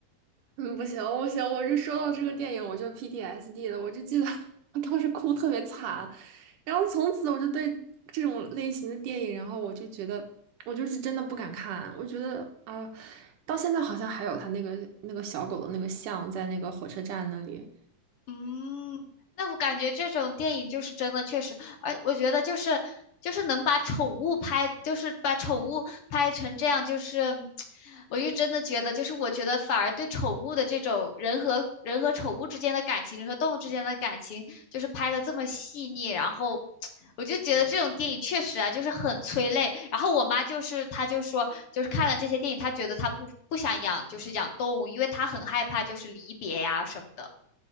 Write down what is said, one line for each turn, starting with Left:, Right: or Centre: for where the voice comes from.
Right: 嗯，不行，不行，我就说到这个电影，我就 PTSD 了，我就记得 <laughs> 我当时哭特别惨，然后从此我就对这种类型的电影，然后我就觉得我就是真的不敢看，我觉得啊、到现在好像还有他那个那个小狗的那个像在那个火车站那里，
Left: 嗯，那我感觉这种电影就是真的确实，而我觉得就是就是能把宠物拍，就是把宠物拍成这样，就是我就真的觉得，就是我觉得反而对宠物的这种人和人和宠物之间的感情，人和动物之间的感情，就是拍的这么细腻，然后我就觉得这种电影确实啊，就是很催泪。然后我妈就是她就说，就是看了这些电影，她觉得她不不想养，就是养动物，因为她很害怕就是离别呀、什么的。